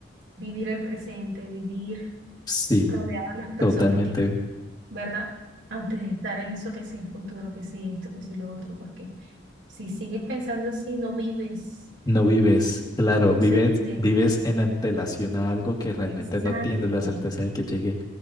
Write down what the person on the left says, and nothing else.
sí,
totalmente.
No vives,
claro,
vives,
vives en antelación a algo que realmente
no tienes la certeza de que llegue,